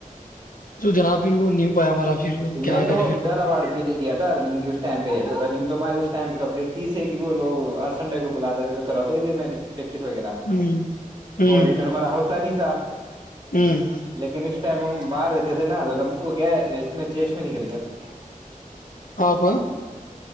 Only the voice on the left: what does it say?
تو جناب پھر وہ نہیں ہو پایا ہمارا پھر کیا
کرے پھر وہ
ہوں ہوں
ہوں
آپ